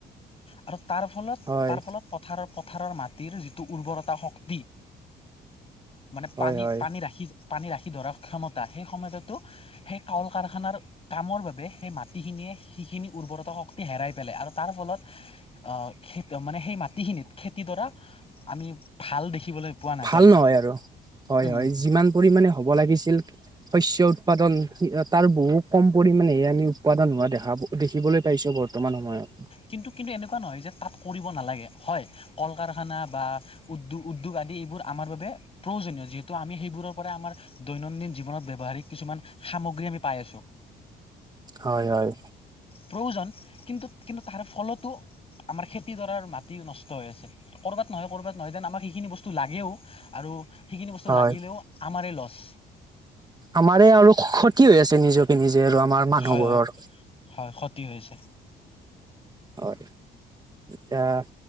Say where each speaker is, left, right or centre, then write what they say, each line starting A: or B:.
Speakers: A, on the left (about 30°); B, on the right (about 20°).
A: আৰু তাৰ ফলত
B: হয়
A: তাৰ ফলত পথাৰৰ, পথাৰৰ মাটিৰ যিটো উৰ্বৰতা শক্তি মানে
B: হয়
A: পানী,
B: হয়
A: পানী ৰাখি, পানী ৰাখি ধৰাৰ ক্ষমতা সেই ক্ষমতাটো সেই কল কাৰখানাৰ কামৰ বাবে সেই মাটিখিনিয়ে সেইখিনি উৰ্বৰতা শক্তি হেৰাই পেলাই, আৰু তাৰ ফলত আহ, খেদ মানে সেই মাটিখিনিত খেতি দৰাত আমি ভাল দেখিবলৈ পোৱা নাযায়।
B: ভাল নহয় আৰু হয়
A: উম
B: হয়,
A: উম
B: যিমান পৰিমানে হ'ব লাগিছিল শস্য উৎপাদন, তাৰ বহু কম পৰিমাণেহে আমি উৎপাদন হোৱা দেখা, দেখিবলৈ পাইছো ব বৰ্তমান সময়ত।
A: কিন্তু-কিন্তু এনেকুৱা নহয় যে তাত কৰিব নালাগে, হয় কল-কাৰখানা বা উদ্যো-উদ্যোগ আদি এইবোৰ আমাৰ বাবে প্ৰয়োজনীয, যিহেতু ত' আমি সেইবোৰৰ পৰা আমাৰ দৈনন্দিন জীৱনত ব্যৱহাৰিক কিছুমান সামগ্ৰী আমি পাই আছোঁ‌।
B: হয় হয়।
A: প্ৰয়োজন, কিন্তু কিন্তু তাৰ ফলতো আমাৰ খেতিডৰাৰ মাটি নষ্ট হৈ আছে। ক'ৰবাত নহয় ক'ৰবাত নহয় যেন আমাক সেইখিনি বস্তু লাগেও আৰু সেইখিনি বস্তু
B: হয়
A: লাগিলেও আমাৰেই লচ।
B: আমাৰে আৰু ক্ষতি হৈ আছে নিজকে নিজে আৰু আমাৰ মানুহবোৰৰ।
A: হয় হয় হয় ক্ষতি হৈছে।
B: হয় <unintelligible>